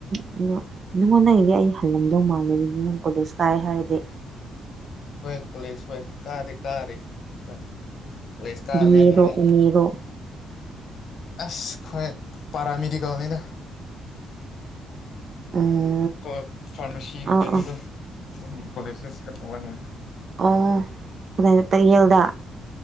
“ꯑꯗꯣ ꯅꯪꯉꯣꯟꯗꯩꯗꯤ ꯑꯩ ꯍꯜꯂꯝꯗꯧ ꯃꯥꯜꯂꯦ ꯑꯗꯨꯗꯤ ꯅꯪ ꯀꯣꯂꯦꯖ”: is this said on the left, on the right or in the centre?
Right